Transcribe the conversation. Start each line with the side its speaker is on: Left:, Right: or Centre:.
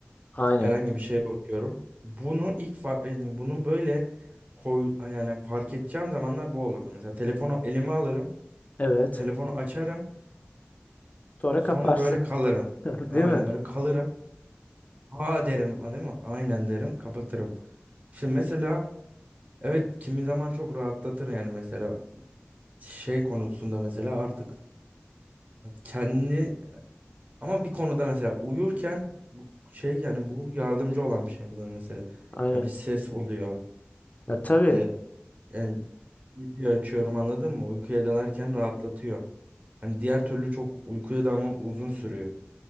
Left: Aynen.
Right: herhangi bir şeye bakıyorum. Bunu ilk fa- yani bunu böyle koy yani fark edeceğim zamanlar bu olurdu. Mesela telefonu elime alırım
Left: Evet.
Right: telefonu açarım
Left: Sonra
Right: Sonra
Left: kaparsın.
Right: böyle kalırım.
Left: <laughs> Değil
Right: Aynen
Left: mi?
Right: böyle kalırım. Ha derim a, değil mi? Aynen derim kapatırım. Şimdi mesela evet kimi zaman çok rahatlatır yani mesela şey konusunda mesela artık kendi ama bir konuda mesela uyurken bu şey yani bu yardımcı olan bir şey bana mesela.
Left: Aynen.
Right: Ya bir ses oluyor
Left: Ya tabii.
Right: işte yani video açıyorum anladın mı? Uykuya dalarken rahatlatıyor. Hani diğer türlü çok uykuya dalmam uzun sürüyor.